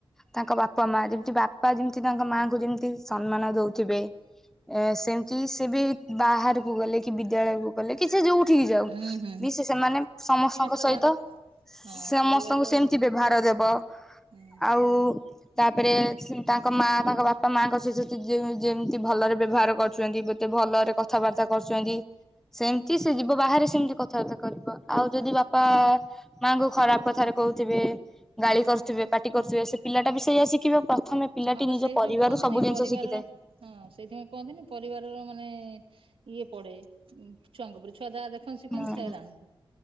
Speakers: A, in the centre; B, on the right (about 75°).
A: ତାଙ୍କ ବାପାମାଆ ଯେମତି ବାପା ଯେମତି ତାଙ୍କ ମାଆଙ୍କୁ ଯେମ ତି ସମ୍ମାନ ଦୋଉଥିବେ ଏ ସେମତି ସେ ବି ବାହାରକୁ ଗଲେ କି ବିଦ୍ୟାଳୟକୁ ଗଲେ କି ସେ ଯୋଉଠିକି ଯାଉ
B: ହୁଁ ହୁଁ ହୁଁ।
A: ବି ସେ ସେମାନେ ସମସ୍ତଙ୍କ
B: ପରିବେଶର
A: ସହିତ
B: ଯାହାର ହଁ
A: ସମସ୍ତଙ୍କୁ
B: ପରିବାରର
A: ସେମତି ବ୍ୟବହାର ଦେବ
B: ହୁଁ
A: ଆଉ ତାପରେ ସେମ୍ ତାଙ୍କ ମାଆ ତାଙ୍କ ବାପ୍ ପା ମାଆଙ୍କ ସହିତ ତି ଯେଉ ଯେମତି ଭଲରେ ବ୍ୟବହାର କରୁଚନ୍ତି ବି ଏତେ ଭଲରେ କଥାବାର୍ତ୍ତା କରୁଚନ୍ତି ସେମତି ସେ ଯିବ ବାହାରେ ସେମତି କଥାବାର୍ତ୍ତା କରିବ ଆଉ ଯଦି ବାପା ମାଆଙ୍କୁ ଖରାପ କଥାରେ କୋହୁଥିବେ ଗାଳି କରୁଥିବେ ପାଟି କରୁଥିବେ ସେ ପିଲାଟା ବି ସେଇଆ ଶିଖିବେ ପ୍ରଥମେ ପିଲାଟି
B: ହଁ ବା
A: ନିଜ
B: ସେଇ
A: ପରିବାରରୁ
B: ଯୋଉ କୁହନ୍ତିନି
A: ସବୁି ଜିନଷ
B: ପରିବାରର
A: ଶିଖିଥାଏ।
B: ହଁ ସେଇଥିପାଇଁ କୁହନ୍ତିନି ପରିବାରର ମାନେ ଇଏ ପଡେ ଉଁ ଛୁଆଙ୍କ ଓପରେ ଛୁଆ ଯାହା ଦେଖନ୍ତି ଶିଖନ୍ତି
A: ହୁଁ
B: ସେୟା ଜାଣନ୍ତି